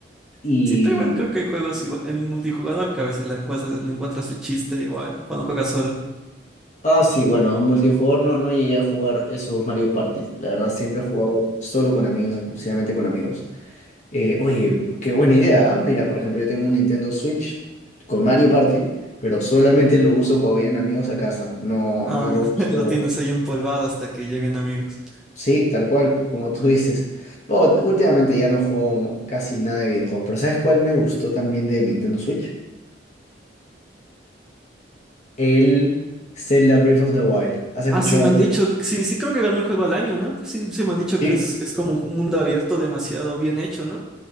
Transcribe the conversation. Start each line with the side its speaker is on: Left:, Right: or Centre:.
Left: Y...
Centre: Sí, pero igual creo que hay juegos igual, el multijugador que a veces le encuentras, le encuentras el chiste igual cuando juegas solo.
Left: Ah, sí, bueno, un multijugador no, no llegué a jugar esos Mario Party. La verdad, siempre he jugado solo con amigos, exclusivamente con amigos. Eh, oye, qué buena idea. ¿ah? Mira, por ejemplo, yo tengo un Nintendo Switch con Mario Party, pero solamente lo uso cuando vienen amigos a casa. No,
Centre: Ah,
Left: no lo
Centre: <laughs>
Left: uso.
Centre: lo tienes ahí empolvado hasta que lleguen amigos.
Left: Sí, tal cual, como tú <laughs> dices. Oh, últimamente ya no juego casi nada de videojuegos, pero ¿sabes cuál me gustó también de Nintendo Switch? El Zelda Breath of the Wild. ¿Has escuchado
Centre: Ah, sí me
Left: de
Centre: han
Left: ese?
Centre: dicho, sí, sí creo que ganó el juego al año, ¿no? Sí, sí me han dicho
Left: Sí,
Centre: que es, es como un mundo abierto demasiado bien hecho, ¿no?